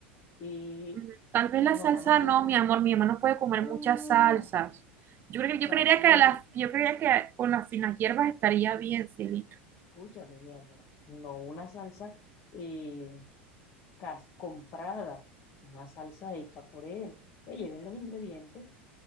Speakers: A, on the left (about 40°); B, on the right (about 35°).
A: Y
B: Mm, Tal vez la
A: tu mamá
B: salsa
A: no puede
B: no,
A: comer.
B: mi amor, mi mamá no puede comer
A: No, no,
B: muchas
A: no,
B: salsas.
A: no, no.
B: Yo creo,
A: Salsa
B: que yo creería que
A: deli
B: a las, yo creería que con las finas hierbas estaría bien, Celine.
A: Escúchame, mi amor. No una salsa eh, cas- comprada, una salsa hecha por él. Te lleven los ingredientes